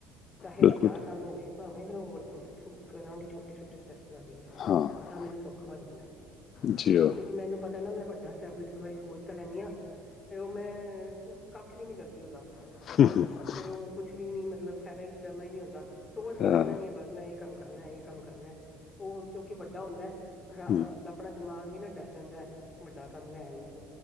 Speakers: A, on the left; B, on the left.
A: ਚਾਹੇ
B: ਬਿਲਕੁਲ
A: ਵੱਡਾ
B: ਠੀਕ।
A: ਕੰਮ ਹੋਵੇ ਭਾਵੇਂ ਫੇਰ ਹੋਰ, ਕਰਾਂਗੀ ਛੋਟੇ-ਛੋਟੇ ਸਟੈਪਸ ਨਾਲ ਹੀ ਮੈਂ
B: ਹਾਂ
A: ਤਾਂ ਮੈਨੂੰ ਸੌਖਾ ਹੋ ਜਾਂਦਾ
B: ਜੀ ਹਾਂ
A: ਕਿਉਂਕਿ ਮੈਨੂੰ ਪਤਾ ਮੈਂ ਵੱਡਾ ਸਟੈਪ ਇੱਕ ਵਾਰੀ ਸੋਚ ਤਾਂ ਲੈਂਦੀ ਹਾਂ, ਤੇ ਉਹ ਮੈਂ ਕੁ ਕੱਖ ਵੀ ਨਹੀਂ ਕਰਦੀ ਦੀ ਉਹਦਾ।
B: <unintelligible>
A: ਫਿਰ ਉਹ ਕੁੱਛ ਵੀ ਨੀ, ਮਤਲਬ ਫਾਇਦਾ ਹੀ ਜਮਾ ਹੀ ਨਹੀਂ ਹੁੰਦਾ, ਸੋਚ ਕੇ
B: ਹਾਂ,
A: ਬਹਿ ਜਾਂਦੀ ਆ ਬਸ ਮੈਂ ਇਹ ਕੰਮ ਕਰਨਾ ਇਹ ਕੰਮ ਕਰਨਾ ਉਹ ਕਿਉਂਕਿ ਵੱਡਾ ਹੁੰਦਾ ਰਾਮ
B: ਹੂੰ
A: ਆਪਣਾ ਦਿਮਾਗ ਵੀ ਨਾ ਡਰ ਜਾਂਦਾ ਵੱਡਾ ਕੰਮ ਲੈਣ ਨੂੰ